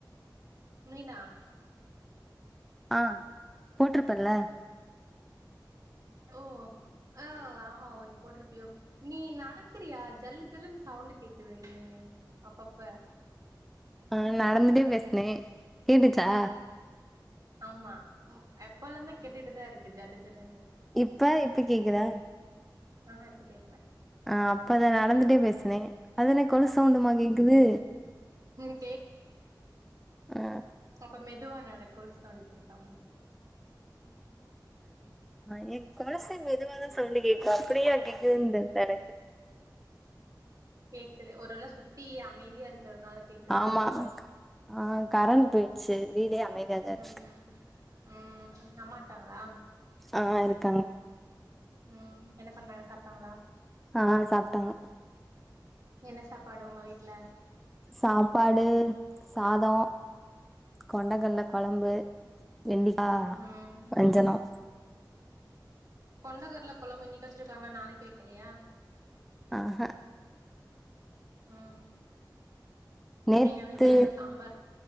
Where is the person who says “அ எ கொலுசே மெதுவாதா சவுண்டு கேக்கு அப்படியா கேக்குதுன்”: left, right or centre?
Centre